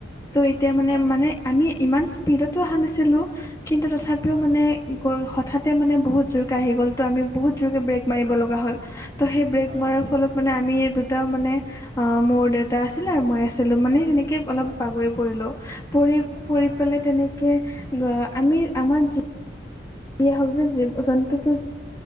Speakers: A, on the left; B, on the right.
A: ত' এতিয়া মানে
B: হয়
A: মানে- আমি ইমান স্পীডতো অহা নাছিলোঁ, কিন্তু তথাপিও
B: হয়
A: মানে গ'ল, হঠাতে মানে বহুত জোৰকে আহি গ'ল ত' আমি বহুত জোৰকে ব্ৰেক মাৰিব লগা হ'ল। ত' সেই ব্ৰেক
B: হয়
A: মাৰাৰ ফলত মানে আমি দুটা মানে অ', মোৰ দেউতা আছিলে আৰু মই আছিলোঁ মানে সেনে কে অলপ
B: হয়
A: বাগৰি পৰিলোঁ। পৰি,
B: অ
A: পৰি
B: হয়
A: পেলাই তেনেকে আমি আমাৰ যি হওক যে জীৱ জন্তুটো